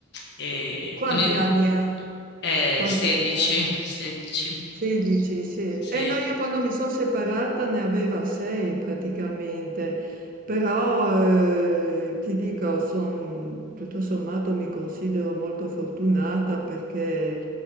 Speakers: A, on the left; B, on the right.
A: e
B: quanti
A: con i-
B: anni ha?
A: è
B: Quanti
A: 16,
B: anni ha?
A: 16,
B: 16, sì.
A: sì.
B: E no, io quando mi sono separata ne aveva 6 praticamente, però eh, ti dico, son- tutto sommato mi considero molto fortunata perché